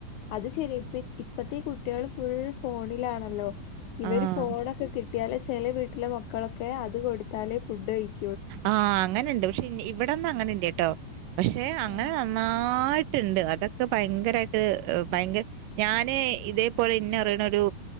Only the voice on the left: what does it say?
അത് ശരി ഇപ്പ ഇപ്പത്തെ കുട്ടികൾ ഫുൾ ഫോണിലാണല്ലോ ഇവര്
ഫോണൊക്കെ കിട്ടിയാല ചെല വീട്ടിലെ മക്കളൊക്കെ അത് കൊടുത്താലേ ഫുഡ് കഴിക്ക
ആഹ്